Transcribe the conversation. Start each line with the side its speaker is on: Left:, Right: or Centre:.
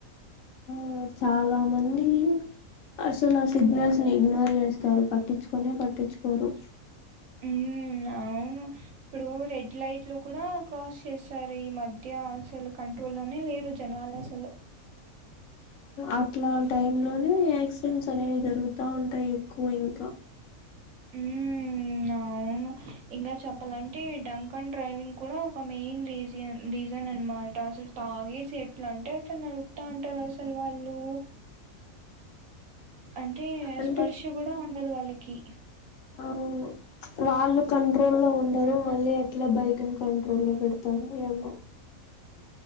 Left: ఆ చాలా మంది అసలు ఆ సిగ్నల్స్ ని ఇగ్నోర్ చేస్తారు పట్టించుకొనే పట్టించుకోరు
Right: ఊ అవును ఇప్పుడు రెడ్ లైట్ లో కూడా క్రాస్ చేస్తారు ఈ మధ్య అసలు కంట్రోల్ ల్లోనే లేరు జనాలు అసలు
Left: అట్లా టైం లోనే యాక్సిడెంట్స్ అనేవి జరుగుతా ఉంటాయి ఎక్కువ ఇంక
Right: ఉమ్ అవును ఇంకా చెప్పాలంటే డంక్ అండ్ డ్రైవింగ్ కూడా ఒక మెయిన్ రీజ రీజన్ అనమాట అసలు తాగేసి ఎట్లా అంటే అట్లు నడుపుతా ఉంటారు అసలు వాళ్ళు అంటే
Left: అంటే
Right: స్పర్శ కూడా ఉన్ వుండదు వాళ్లకి
Left: అవును వాళ్ళు కంట్రోల్ లో ఉండరు మళ్ళీ ఎట్లా బైక్ ను కంట్రోల్ లో బెడతారొ ఏమో